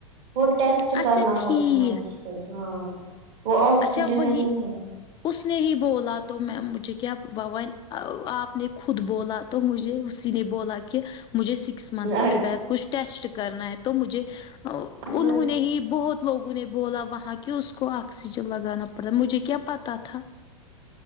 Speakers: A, on the right (about 55°); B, on the left (about 25°).
A: وہ ٹیسٹ
B: اچھا
A: کرنا
B: ٹھیک
A: ہوتا ہے اس کو ہاں وہ آکسیجن
B: اچھا وہی
A: نہیں ہے
B: اس نے ہی بولا تو میں مجھے کیا بون آپ نے خود بولا تو مجھے اسی نے بولا کہ مجھے سکس منتھس
A: آج
B: کے بعد کچھ ٹیسٹ کرنا ہے تو مجھے
A: نہیں
B: انہوں نے ہی بہت لوگوں نے بولا وہاں کہ اس کو آکسیجن لگانا پڑتا مجھے کیا پتا تھا